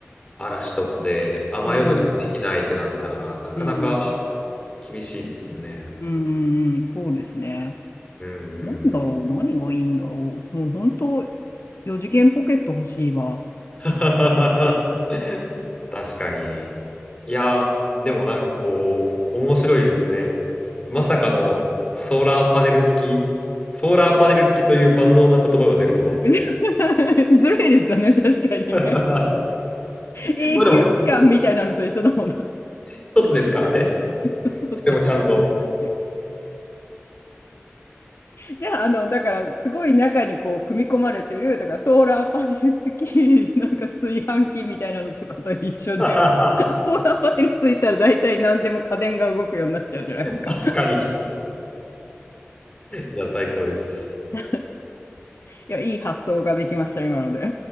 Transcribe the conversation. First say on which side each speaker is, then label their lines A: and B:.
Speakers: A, on the left; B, on the left.
A: 嵐とかで、雨宿りもできないってなったら、
B: うん、
A: なかなか
B: うん、うん、
A: 厳しいですよね。
B: うん、うんそうですね。
A: うんう
B: なんだろう、
A: んうん。
B: 何がいいんだろう。もう本当、4次元ポケット欲しいわ。
A: <laughs> 確かに。いや、でもなんかこう、面白いですね。まさかのソーラーパネル付き、ソーラーパネル付きという万能な言葉が出るとは。
B: <laughs> ずるいですよね、確かにね。
A: <laughs>
B: 永久期間みたいなのと一緒だもんな。
A: まあでも、一つですからね。
B: <laughs> そうそう、
A: それもちゃんと。
B: 一つです。じゃあ、あの、だから、すごい中にこう、組み込まれてる、だから、ソーラーパネル付き、なんか炊飯器みたいなのとかと一緒で、
A: <laughs>
B: ソーラーパネルついたら大体何でも家電が動くようになっちゃうじゃないですか。
A: 確かに。いや、最高です。
B: <laughs> いや、いい発想ができました、今ので。